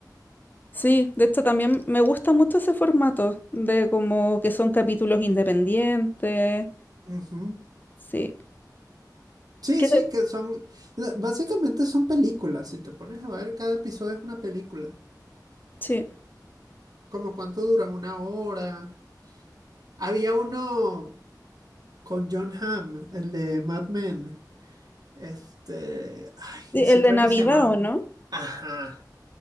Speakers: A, on the left (about 25°); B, on the right (about 60°).
A: Sí, de hecho también me gusta mucho ese formato de como que son capítulos independientes.
B: Ujú.
A: Sí.
B: Sí,
A: ¿Qué
B: sí,
A: te-
B: que son, básicamente son películas. Si te pones a ver, cada episodio es una película.
A: Sí.
B: ¿Como cuánto dura? ¿Una hora? Había uno. con John Hamm, el de Mad Men. Este, ay,
A: Sí,
B: ese
A: El
B: creo
A: de Navidad,
B: que se llamaba.
A: ¿o no?
B: Ajá,